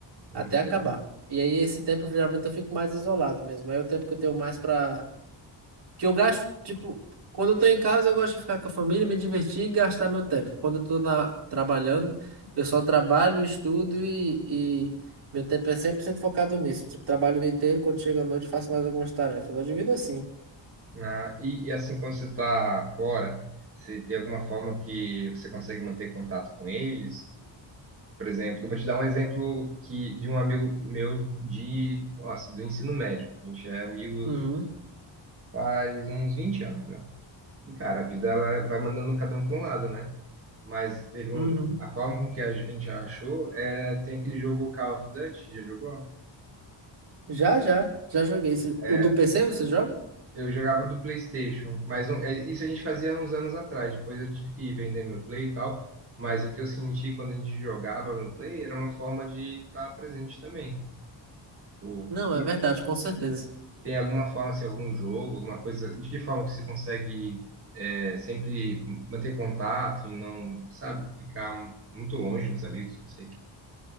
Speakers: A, on the right; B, on the right.
A: até
B: Uhum.
A: acabar. E aí esse tempo, geralmente, eu fico mais isolado mesmo. Aí é o tempo que eu tenho mais pra. Que eu gasto, tipo, quando eu tô em casa, eu gosto de ficar com a família, me divertir e gastar meu tempo. Quando eu tô na... trabalhando, eu só trabalho, estudo e, e meu tempo é 100% focado nisso. Tipo, trabalho o dia inteiro, quando chega à noite, faço mais algumas tarefas. Eu divido assim.
B: Ah, e, e assim, quando você está fora, você tem alguma forma que você consegue manter contato com eles? Por exemplo, eu vou te dar um exemplo que, de um amigo meu de, nossa, do ensino médio. A gente é amigos
A: Uhum,
B: faz uns 20 anos já. E, cara, a vida ela vai mandando cada um para um lado, né? Mas teve um,
A: uhum.
B: a forma com que a gente achou é, tem aquele jogo Call of Duty, já jogou?
A: Já, já, já joguei. Esse-
B: É,
A: O do PC você joga?
B: eu jogava do PlayStation, mas um- é, isso a gente fazia uns anos atrás. Depois eu tive que vender meu Play e tal. Mas o que eu senti quando a gente jogava no Play era uma forma de estar presente também. Tipo,
A: Não, é verdade, com certeza.
B: Tem alguma forma, assim, algum jogo, alguma coisa, de que forma que você consegue é, sempre manter contato e não, sabe, ficar muito longe dos amigos, não sei.